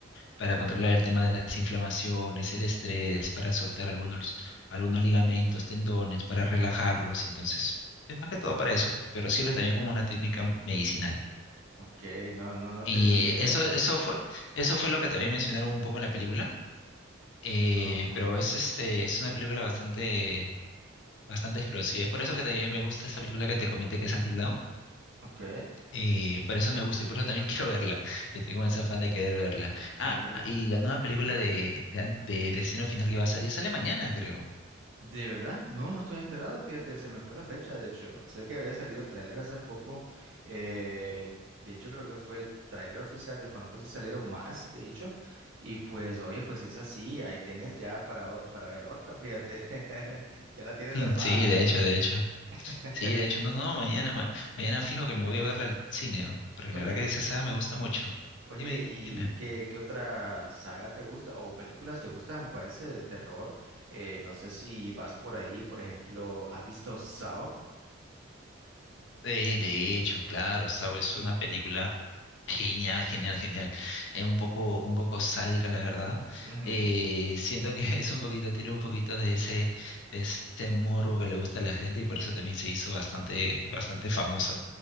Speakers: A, on the right; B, on the left.
A: ¿Qué?
B: para controlar el tema de las inflamaciones, el estrés, para soltar algunos, algunos ligamentos, tendones, para relajarlos, entonces... Es más que todo para eso, pero sirve también como una técnica medicinal.
A: Ok, no, no, no
B: Y
A: tenía idea.
B: eh, eso, eso fue, eso fue lo que también mencionaron un poco en la película eh,
A: Ajá,
B: pero es este, es una película bastante, bastante explosiva. Es por eso que también me gusta esa película que te comenté que es Until Dawn.
A: ok,
B: Eh, por eso me gusta y por eso también <laughs> quiero verla. Estoy con ese afán de querer verla.
A: ok.
B: Ah, y la nueva película
A: Ujú.
B: de, de, An- de Destino Final que va a salir sale mañana, creo. <laughs>
A: De verdad, no, no estoy enterado, fíjate, se me fue la fecha, de hecho. Sé que había salido el tráiler hace poco. eh, de hecho, creo que fue el tráiler oficial, desconozco si salieron más, de hecho. Y pues, oye, pues es así, ahí tienes ya para, o- para ver otra, fíjate. <laughs> Ya la tienes
B: Mm,
A: armada.
B: Sí, de hecho, de hecho.
A: <laughs>
B: Sí, de hecho, no, no, mañana, ma- mañana fijo que me voy a verla al cine, porque
A: Oye.
B: la verdad que esa saga me gusta mucho.
A: Oye,
B: Dime,
A: ¿y
B: dime.
A: qué, qué otra saga te gusta o películas te gustan? Parece de terror. Eh, no sé si vas por ahí, por ejemplo, ¿has visto Saw?
B: Eh, de hecho, claro, Saw es una película genial, genial, genial. Es un poco,
A: Okay.
B: un poco sádica, la verdad.
A: Ujú,
B: Eh, siento que <laughs> es un poquito, tiene un poquito de ese, de ese morbo que le gusta a la gente y por eso también se hizo bastante, bastante famosa.